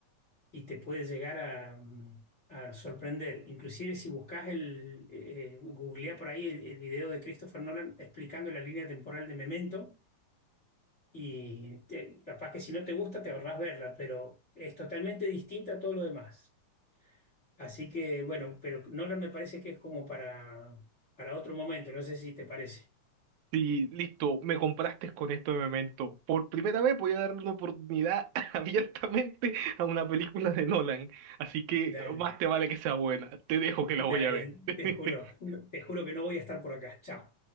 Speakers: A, on the left (about 45°); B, on the right (about 75°).
A: y te puede llegar a, mm, a sorprender. Inclusive si buscas el, eh, eh, googleá por ahí el, el video de Christopher Nolan explicando la línea temporal de Memento Y te- capaz que si no te gusta, te ahorrás verla, pero es totalmente distinta a todo lo demás. Así que, bueno, pero Nolan me parece que es como para, para otro momento, no sé si te parece.
B: Sí, listo, me compraste con esto de Memento. Por primera vez voy a darle una oportunidad <laughs> abiertamente a una película de Nolan. Así que
A: Dale,
B: más te vale que sea buena. Te dejo que
A: dale,
B: la voy a ver. <laughs>
A: te juro, no- te juro que no voy a estar por acá. Chao.